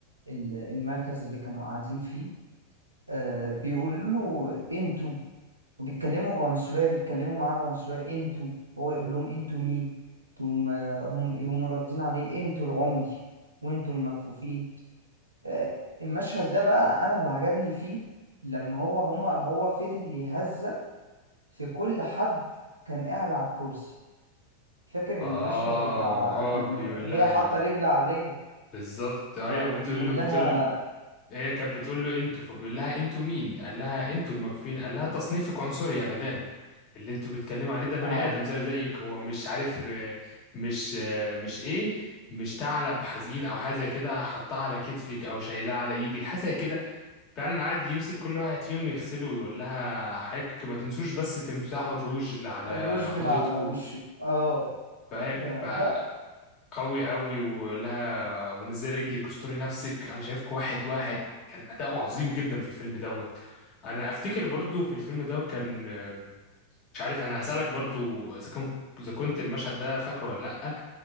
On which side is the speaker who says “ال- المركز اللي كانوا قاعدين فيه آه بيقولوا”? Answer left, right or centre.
Right